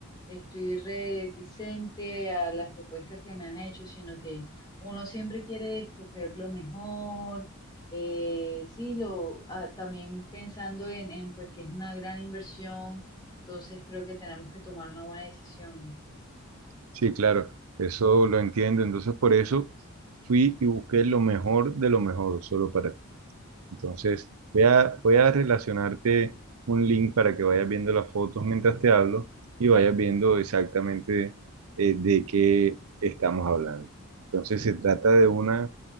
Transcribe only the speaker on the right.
Sí, claro, eso lo entiendo. Entonces, por eso fui y busqué lo mejor de lo mejor solo para ti. Entonces, voy a, voy a relacionarte un link para que vayas viendo las fotos mientras te hablo y vayas viendo exactamente eh, de qué estamos hablando. Entonces, se trata de una